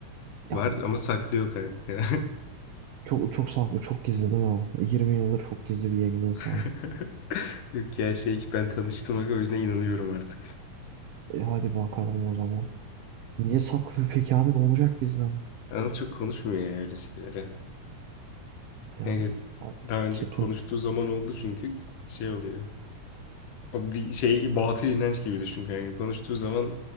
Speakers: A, on the right (about 80°); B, on the left (about 80°).
A: Yavrum
B: Var ama
A: benim.
B: saklıyor kanka.
A: Çok çok saklı çok gizli değil mi? 20 yıldır çok gizli bir yengeye
B: <laughs>
A: sahip.
B: Yok ya şey ben tanıştım aga o yüzden inanıyorum artık.
A: E, hadi bakalım o zaman. Niye saklı peki abi ne olacak bizden?
B: Anıl çok konuşmuyor ya öyle şeylere.
A: Yani
B: Yani
A: a-
B: daha önce
A: ketum.
B: konuştuğu zaman oldu çünkü şey oluyor. O bir şey batıl inanç gibi düşün kanka. Konuştuğu zaman